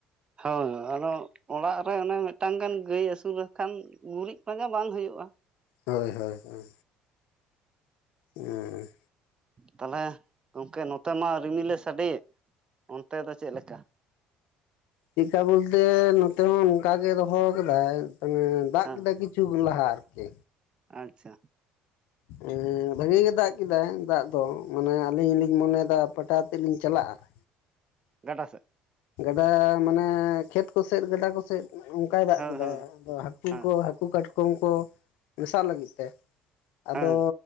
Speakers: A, on the right; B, on the left.
A: ᱦᱳᱭ ᱟᱨᱚ ᱚᱲᱟᱜ ᱨᱮ ᱚᱱᱮ ᱢᱤᱫᱴᱟᱝ ᱜᱟᱱ ᱜᱟᱹᱭ ᱟᱥᱩᱞ ᱨᱮᱠᱷᱟᱱ ᱜᱩᱨᱤᱡ ᱯᱟᱸᱡᱟ ᱵᱟᱝ ᱦᱩᱭᱩᱜ-ᱟ᱾
B: ᱦᱳᱭ ᱦᱳᱭ ᱦᱳᱭ᱾ ᱦᱮᱸ᱾
A: ᱛᱟᱞᱦᱮ ᱜᱚᱝᱠᱮ ᱱᱚᱛᱮ ᱢᱟ ᱨᱤᱢᱤᱞᱮ ᱥᱟᱰᱮᱭᱮᱫ᱾ ᱚᱱᱛᱮ ᱫᱚ ᱪᱮᱫᱞᱮᱠᱟ?
B: ᱪᱮᱫᱠᱟ ᱵᱚᱞᱛᱮ ᱱᱚᱛᱮ ᱦᱚᱸ ᱚᱱᱠᱟᱜᱮ ᱫᱚᱦᱚᱣ ᱟᱠᱟᱫᱟᱭ <unintelligible> ᱫᱟᱜ
A: ᱦᱮᱸ
B: ᱠᱮᱫᱟᱭ ᱠᱤᱪᱷᱩ ᱠᱷᱚᱱ ᱞᱟᱦᱟ ᱟᱨᱠᱤ᱾
A: ᱟᱪᱪᱷᱟ᱾
B: ᱮᱸ ᱵᱷᱟᱜᱮ ᱜᱮ ᱫᱟᱜ ᱠᱮᱫᱟᱭ ᱫᱟᱜ ᱫᱚ ᱢᱟᱱᱮ ᱟᱞᱤᱧ ᱞᱤᱧ ᱢᱚᱱᱮᱭᱮᱫᱟ ᱯᱟᱴᱟ ᱟᱛᱮᱞᱤᱧ ᱪᱟᱞᱟᱜᱼᱟ᱾
A: ᱜᱟᱰᱟ ᱥᱮᱫ᱾
B: ᱜᱟᱰᱟ ᱢᱟᱱᱮ ᱠᱷᱮᱛ ᱠᱚ ᱥᱮᱫ, ᱜᱟᱰᱟ ᱠᱚ ᱥᱮᱫ ᱚᱱᱠᱟᱭ ᱫᱟᱜ
A: ᱦᱮᱸ
B: ᱠᱮᱫᱟᱭ
A: ᱦᱮᱸ
B: ᱟᱫᱚ ᱦᱠᱩ
A: ᱦᱮᱸ
B: ᱠᱩ ᱠᱚ ᱦᱟᱹᱠᱩ ᱠᱟᱴᱠᱚᱢ ᱠᱚ ᱢᱮᱥᱟᱜ ᱞᱟᱹᱜᱤᱫ ᱛᱮ ᱟᱫᱚ
A: ᱦᱮᱸ